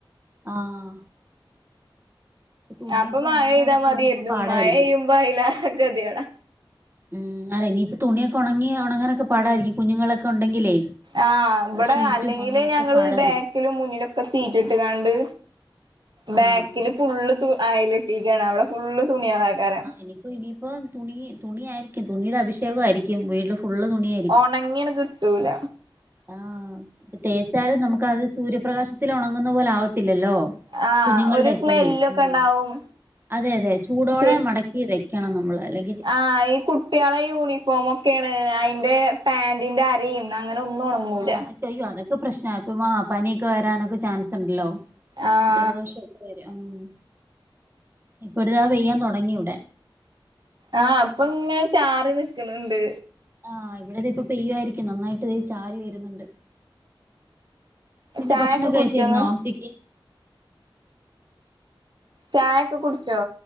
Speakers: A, on the right; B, on the right.
A: ആഹ് തുണിയൊക്കെ
B: അപ്പൊ മയയ്താ
A: ഉണങ്ങാനൊക്കെ
B: മത്യാര്ന്നു
A: ഇനിയിപ്പ പാടായിരിക്കും
B: മഴ പെയ്യുമ്പോ അയ്ലേറെ കെത്യേടാ.
A: മ് അല്ല ഇനിയിപ്പൊ തുണിയൊക്കെ ഒണങ്ങി ഒണങ്ങാനൊക്കെ പാടായിരിക്കും കുഞ്ഞുങ്ങളൊക്കെ ഉണ്ടെങ്കിലേ
B: ആഹ് ഇവടെ
A: ഷീറ്റും
B: അല്ലെങ്കിലേ
A: അങ്ങനെയൊക്കെ
B: ഞങ്ങള്
A: പാടായിരിക്കും
B: ബേക്കിലും മുന്നിലൊക്കെ സീറ്റ്ട്ട്കാണ്ട് ബാക്കില്
A: ആഹ്
B: ഫുള്ള് തു അയലെട്ടിക്കാണ് അവിടെ ഫുള്ള് തുണ്യാളയ്ക്കാരം.
A: ഇനിപ്പൊ ഇനി പ്പം തുണി തുണിയായിരിക്കും തുണിടെ അഭിഷേകായിരിക്കും വീട്ടില് ഫു ഫുള്ള് തുണിയാ
B: ഒണങ്ങ്യാ ണ്‌ കിട്ടൂല.
A: ആഹ് ഇപ്പ തേച്ചാലും നമുക്ക് അത് സൂര്യപ്രകാശത്തിലൊണങ്ങുന്ന പോലാവത്തില്ലല്ലോ.
B: ആഹ്
A: കുഞ്ഞുങ്ങൾടൊക്കെ
B: ഒരു സ്മെല്ലൊക്കെ
A: മ്
B: ഇണ്ടാവും
A: അതെയതെ ചൂടോടെ
B: ശരി
A: മട ക്കി വെക്കണം നമ്മള് അലല്ലെ
B: ആഹ് ഈ കുട്ട്യളെ യൂണി ഫോമൊക്കെണ് അയ്ന്റെ പാന്റിന്റെ അരിംഅങ്ങനെ ഒന്നും ഒണങ്ങൂല.
A: ആ അതൊക്കെ അയ്യോ അതൊക്കെ പ്രശ്നാ ഇപ്പ പനിയൊക്കെ വരാനൊക്കെ ചാൻസ്ണ്ടല്ലോ.
B: ആഹ്
A: ജലദോഷഒക്കെ വരും മ്. ഇപ്പൊര്താ പെയ്യാൻ തൊടങ്ങി ഇവ്ടെ.
B: ആഹ് ഇപ്പങ്ങനെ ചാറി നിക്ക്ണ്ണ്ണ്ട്.
A: ആഹ് ഇവിടെ ഇത്പ്പൊ പെയ്യയിരിക്കും നന്നായിട്ട് ഇത് ചാറി വരുന്നുണ്ട്. പിന്നെ
B: ചായൊക്കെ
A: ഭക്ഷണൊക്കെ
B: കുടിച്ചോ
A: കഴിച്ചിരുന്നോ
B: ഇങ്ങള്
A: ഉച്ചക്ക്?
B: ചായൊക്കെ കുടിച്ചോ?